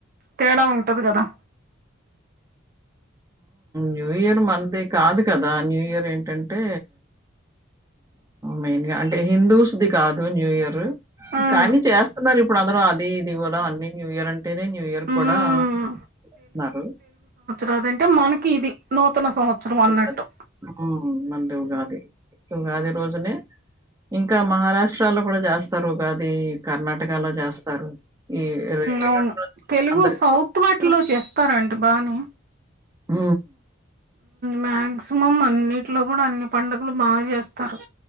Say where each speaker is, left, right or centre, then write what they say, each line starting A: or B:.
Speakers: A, on the right; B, on the right.
A: తేడా ఉంటది కదా
B: న్యూ ఇయర్ మంది కాదు కదా న్యూ ఇయర్ ఏంటంటే మెయిన్గా అంటే హిందూస్ది కాదు న్యూ ఇయర్
A: ఉమ్
B: కానీ చేస్తున్నారు ఇప్పుడు ఇప్పుడు అందరు అది ఇది కూడా అన్ని న్యూ ఇయర్ అ అంటేనే న్యూ ఇయర్
A: ఉమ్
B: కూడాస్తున్నారు
A: రాాం అంటే మనకి ఇది నూతన సంవత్సరం అన్నట్టు
B: ఉగాది. హ్మ్. మనది ఉగాది. ఉగాది రోజునే ఇంకా మహారాష్ట్రలో కూడా చేస్తారు ఉగాది కర్ణాటకలో చేస్తారు ఈ ఎల్లుండి
A: అవును
B: రోజునే
A: తెలుగు
B: అందరికి
A: సౌత్
B: పచ్చడం.
A: వాటిలో చేస్తారంటడి బానే
B: ఆ
A: మ్యా సుమం అన్నింటిలో కూడా అన్ని పండుగలు మాాగా చేస్తారు